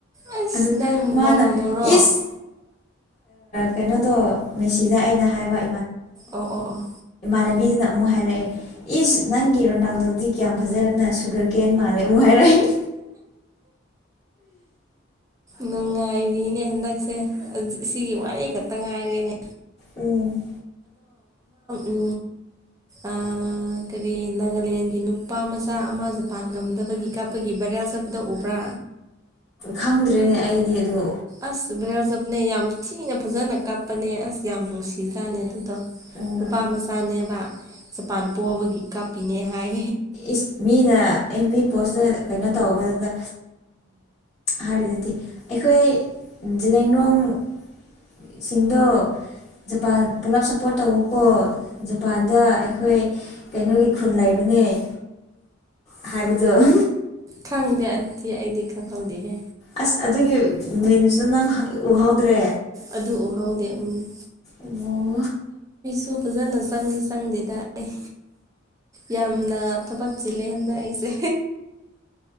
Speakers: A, on the right (about 15°); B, on the left (about 30°).
A: ꯑꯁ
B: ꯑꯗꯨ
A: ꯅꯪ
B: ꯃꯥꯅ
A: ꯔꯣꯅꯥꯜꯗꯣꯔꯣ
B: ꯏꯁ ꯀꯩꯅꯣꯗꯣ ꯃꯦꯁꯤꯗ ꯑꯩꯅ ꯍꯥꯏꯕ
A: ꯑꯣ ꯑꯣ ꯑꯣ
B: ꯅꯕꯤꯗꯨꯅ ꯑꯃꯨꯛ ꯍꯥꯏꯔꯛꯑꯦ ꯏꯁ ꯅꯪꯒꯤ ꯔꯣꯅꯥꯜꯗꯣꯗꯤ ꯀꯌꯥꯝ ꯐꯖꯔꯅ ꯁꯨꯒꯔ ꯀꯦꯟ ꯃꯥꯜꯂꯦ ꯑꯃꯨꯛ ꯍꯥꯏꯔꯛꯏ
A: ꯅꯨꯡꯉꯥꯏꯔꯤꯅꯦ ꯍ ꯁꯦ ꯁꯤꯒꯤ ꯋꯥꯔꯤ ꯈꯛꯇ ꯉꯥꯏꯔꯦꯅꯦ
B: ꯎꯝ
A: ꯣ ꯑꯥꯡ ꯀꯔꯤ ꯅꯥꯒꯥꯂꯦꯟꯒꯤ ꯅꯨꯄꯥ ꯃꯆꯥ ꯑꯃ ꯖꯄꯥꯟ ꯉꯝꯗꯕꯒꯤ ꯀꯥꯞꯄꯒꯤ ꯕꯔꯦꯜ ꯆ ꯆꯕꯗ ꯑꯣꯕ꯭ꯔꯥ
B: ꯈꯪꯗ꯭꯭ꯔꯔꯤꯅꯦ ꯑꯩꯗꯤ ꯑꯗꯨ
A: ꯑꯁ ꯕ꯭ꯂꯥꯎꯖꯞꯅꯦ ꯌꯥꯝ ꯊꯤꯅ ꯐꯖꯅ ꯀꯞꯄꯅꯦ ꯑꯁ ꯌꯥꯝ ꯅꯨꯡꯁꯤꯖꯅꯦ ꯑꯗꯨꯗꯣ
B: ꯎꯝ
A: ꯅꯨꯄꯥ ꯃꯆꯥꯅꯦꯕ ꯖꯄꯥꯟ ꯄꯣꯛꯑꯕꯒꯤ ꯀꯥꯞꯄꯤꯅꯦ ꯍꯥꯏ
B: ꯏꯁ ꯃꯤꯅ ꯄꯣꯁꯇ ꯀꯩꯅꯣ ꯇꯧꯕꯧꯕꯗꯨꯗ ꯍꯥꯏꯔꯗꯨꯗꯤ ꯑꯩꯈꯣꯏ ꯂꯦꯡꯔꯣꯡꯁꯤꯡꯗ ꯖꯄꯥꯟ ꯄꯨꯂꯞ ꯁꯞꯄꯣꯔꯠ ꯇꯧꯕꯀꯣ ꯖꯄꯥꯟꯗ ꯑꯩꯈꯣꯏ ꯀꯩꯅꯣꯒꯤ ꯈꯨꯟ ꯂꯩꯕ ꯅ ꯍꯥꯏꯕꯗꯣ
A: ꯈꯪꯗꯦ ꯑꯗꯨꯗꯤ ꯑꯩꯗꯤ ꯈꯪꯍꯧꯗꯦꯍꯦ
B: ꯑꯁ ꯑꯗꯨꯒꯤ ꯃꯤꯟꯁꯨꯗ ꯅꯪ ꯎꯍꯧꯗ꯭ꯔꯦ
A: ꯑꯗꯨ ꯎꯍꯧꯗꯦ ꯎꯝ
B: ꯑꯣ
A: ꯁꯨ ꯐꯖꯅ ꯆꯪꯗꯤ ꯆꯪꯗꯦꯗ ꯑꯩ ꯌꯥꯝꯅ ꯑ ꯊꯕꯛ ꯆꯂꯦ ꯍꯥꯏꯅ ꯑꯩꯁꯦ